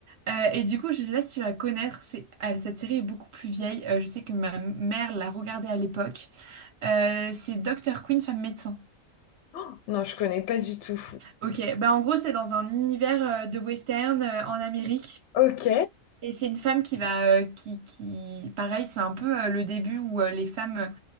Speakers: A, on the right (about 60°); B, on the left (about 65°).
A: Euh, et du coup, je sais pas si tu vas connaître, c'est- ah, cette série est beaucoup plus vieille. Euh, je sais que ma mère l'a regardée à l'époque. Euh, c'est Dr. Quinn, femme médecin.
B: Oh, non, je connais pas du tout.
A: Ok, bah en gros, c'est dans un univers euh, de western euh, en Amérique.
B: Ok,
A: Et c'est une femme qui va, euh, qui, qui, pareil, c'est un peu euh, le début où euh, les femmes